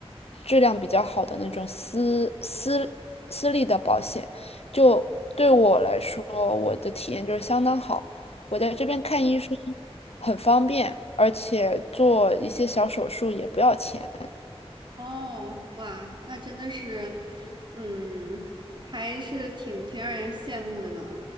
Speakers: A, on the left (about 70°); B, on the right (about 45°).
A: 质量比较好的那种私私私立的保险。就对我来说，我的体验就是相当好。我在这边看医生很方便，而且做一些小手术也不要钱。
B: 哦，哇，那真的是，嗯，还是挺挺让人羡慕的呢。